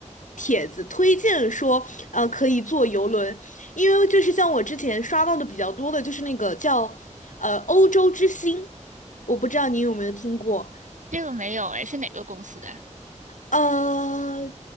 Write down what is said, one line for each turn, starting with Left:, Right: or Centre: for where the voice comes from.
Left: 帖子推荐说，呃可以坐游轮，因为就是像我之前刷到的比较多的就是那个叫呃欧洲之星，我不知道你有没有听过。
Right: 这个没有，哎，是哪个公司的？
Left: 呃，